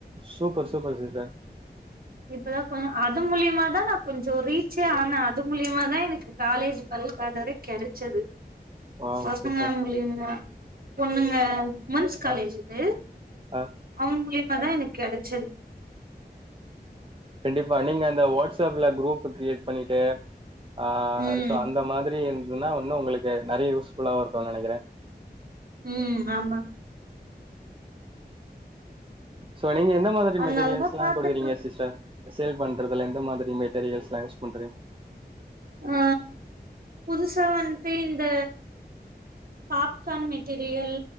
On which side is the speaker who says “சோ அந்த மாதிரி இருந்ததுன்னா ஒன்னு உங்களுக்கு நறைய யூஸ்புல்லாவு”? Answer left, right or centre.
Right